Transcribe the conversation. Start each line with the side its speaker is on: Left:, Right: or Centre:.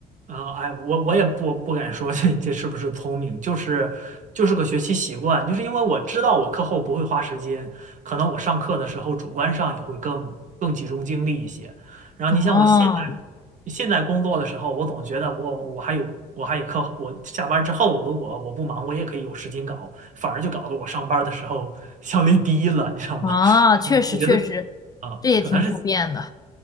Right: 啊，哎，我我也不不敢说这这是不是聪明，就是就是个学习习惯，就是因为我知道我课后不会花时间，可能我上课的时候主观上也会更更集中精力一些。然后你像我现在
Left: 哦，
Right: 现在工作的时候，我总觉得我我还有我还有课后我下班之后如果我不忙，我也可以有时间搞，反而就搞得我上班的时候效率低了，你知道吗？
Left: 啊，
Right: <laughs>
Left: 确实确实，
Right: 我觉得啊，
Left: 这也挺普遍的。
Right: 可能是